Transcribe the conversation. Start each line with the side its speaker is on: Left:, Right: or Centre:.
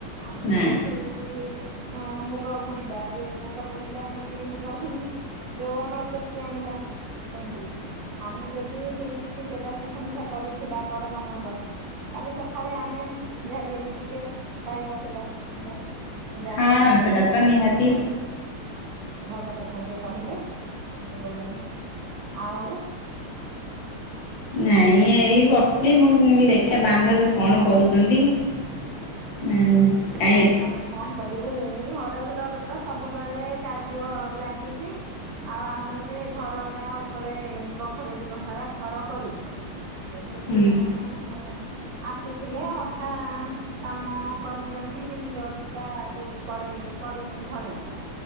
Right: ଆମେ
Left: ନାଇଁ
Right: ଯୋଉ ଠୁ ବିରି ହଁ ମୁଗ ବୁଣିବା ବିରି ମୁଗ ବୁଣିଲେ ଆମେ ବିରି ମୁଗ ହିଁ ଯୋଉ ଅମଳ କରିକି ଆଣିବା। ସେମତି ଆମେ ଯଦି କିଛି ସେବା ସୁଶଂସା କରିଥିବା ବଡ ମାନଙ୍କର କାଲି ସକାଳେ ଆମେ ଯାହା ବି ହେଲେ ଟିକେ ପାଇବା ସେବା ସୁଶ୍ରୁସା ଯା
Left: ହଁ
Right: ହଉ ଭଲ
Left: ସେଟା
Right: କଥା
Left: ତ
Right: ଟିଏ
Left: ନିହାତି
Right: କହିଲେ ଭଲ କଥା ଟିକେ କହିଲେ ଯୋଉ ଆଉ ଓ ହୋ ହ <inaudible>
Left: ନାଇଁ ଏଇ ବସିଥିଲି ମୁଁ ଦେଖିବା ବାନ୍ଧବୀ କଣ କରୁଛନ୍ତି। ଆ
Right: ନାଇଁ
Left: କାୟପ
Right: ଆଉ କଣ
Left: <inaudible>
Right: କରିବୁ ଏଇ ଘର ଘରର ତ ସବୁବେଳେ କାର୍ଯ୍ୟ ଲାଗିଛି। ଆଉ ଆମର ସେ ଘର ଟା ଉପରେ ଏ ବଖରେ ଦି ବଖରା ଘର କରୁଛୁ। ସେ ମିସ୍ତ୍ରୀ
Left: ହୁଁ
Right: ମାନେ ଆସିଥିଲେ ଅଧା କାମ କରିଛନ୍ତି ନିମଟନଟା ଯୋଉ ପଡେ ପଡିିନି ଢଳେଇଟା